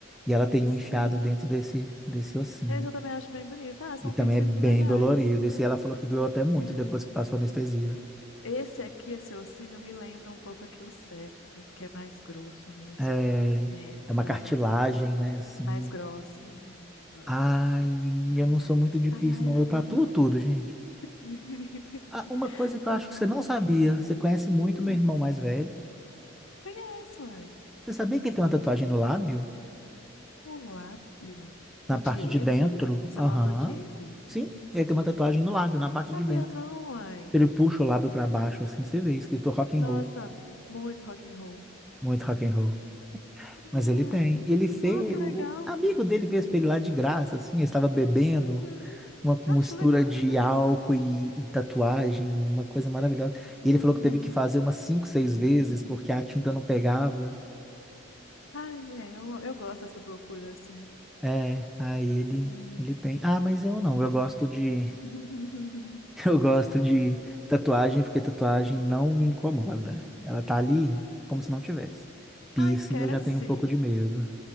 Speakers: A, in the centre; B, on the left.
A: e ela tem
B: sim.
A: um enfiado dentro desse desse ossinho.
B: Esse eu também acho bem bonito. Ah, são
A: E também
B: pieces
A: é bem
B: legais.
A: dolorido. Esse ela falou que doeu até muito
B: É.
A: depois que passou a anestesia.
B: Esse aqui, esse ossinho, me lembra um pouco aqui o septo, porque é mais grosso mesmo.
A: É,
B: É,
A: é uma
B: dói
A: cartilagem,
B: bastante.
A: né, assim.
B: Mais grossa. Uhum. Dói,
A: Ai,
B: dói. Ai,
A: eu não
B: ai.
A: sou muito de
B: Ai,
A: piercing,
B: ai,
A: não.
B: ai,
A: Eu tatuo
B: ai, ai.
A: tudo, gente.
B: <laughs>
A: Ah, uma coisa que eu acho
B: Ai.
A: que você não sabia, você conhece
B: Hum,
A: muito meu irmão mais velho.
B: conheço, ai.
A: Você sabia que ele tem uma tatuagem no lábio?
B: O Lápio. O
A: Na parte
B: Diego.
A: de dentro?
B: Você
A: Aham.
B: tá falando do Diego?
A: Sim, ele tem uma tatuagem no lábio, na parte
B: Sabia
A: de dentro.
B: não, ai.
A: Se ele puxa o lábio pra baixo, assim, você vê, escrito rock
B: Nossa,
A: and roll.
B: muito rock and roll.
A: Muito rock and roll.
B: Ai.
A: Mas ele tem. Ele fez.
B: Ah, que
A: O
B: legal.
A: o amigo dele fez pra ele lá de graça, assim. Ele estava bebendo
B: Uhum.
A: uma
B: Acho
A: mistura
B: legal,
A: de
B: acho legal.
A: álcool e, e tatuagem, uma coisa maravilhosa.
B: Uhum.
A: E ele falou que teve que fazer umas cinco, seis
B: <laughs>
A: vezes porque a tinta não pegava.
B: Ai, é, eu, eu gosto dessas loucuras, assim.
A: É, aí ele.
B: Ai.
A: Ele tem. Ah, mas eu não. Eu gosto de. <laughs>
B: <laughs>
A: Eu gosto de tatuagem porque tatuagem não me incomoda. Ela tá ali como se não tivesse. Piercing
B: Ah, esquece.
A: eu já tenho um pouco de medo.